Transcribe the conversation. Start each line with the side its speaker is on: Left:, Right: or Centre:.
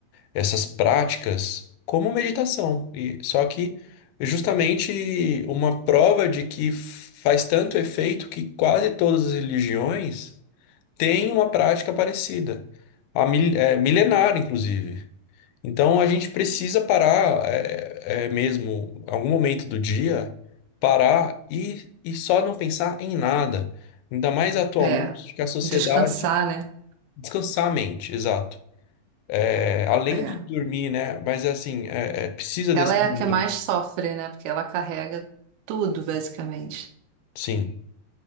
Left: essas práticas como meditação. E só que justamente uma prova de que faz tanto efeito que quase todas as religiões têm uma prática parecida, a mil- é, milenar, inclusive. Então a gente precisa parar, é, é mesmo, algum momento do dia, parar e, e só não pensar em nada. Ainda mais atualmente
Right: É,
Left: que a sociedade
Right: descansar, né?
Left: descansar a mente, exato. É, além
Right: É.
Left: de dormir, né? Mas é assim, é, é, precisa
Right: Ela
Left: desse
Right: é
Left: momento.
Right: a que mais sofre, né? Porque ela carrega tudo, basicamente.
Left: Sim,